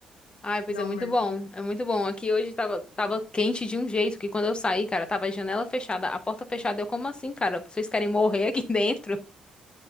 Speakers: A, on the left; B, on the left.
A: Ai, pois
B: dar
A: é muito
B: um mergulho.
A: bom. É muito bom. Aqui hoje tava, tava quente de um jeito que quando eu saí, cara, tava a janela fechada, a porta fechada. Eu, como assim, cara? Vocês querem morrer aqui <laughs> dentro?